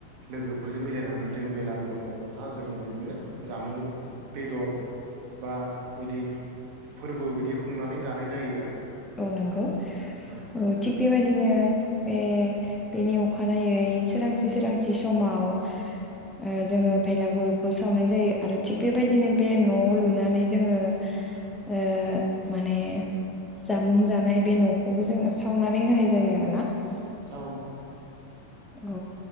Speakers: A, on the right; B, in the centre.
A: लोगोफोरजों मिलायनानै जों बेलागुर नआवहा जोङो बिदिनो जामुं बेदर बा बिदि फोरबो बिदि खुंनानै जानाय जायो आरो
B: औ नंगौ
A: उम
B: ओ थिग बेबायदिनो बे बेनि अखानायै सोरांसि सोरांसि समाव ओ जोङो बेलागुरुखौ सावनाय जायो आरो थिग बेबायदिनो बे न लुनानै जोङो ओ माने जामुं जानाय बे नखौबो जोङो सावनानै होनाय जायो आरो ना ।
A: <inaudible>
B: औ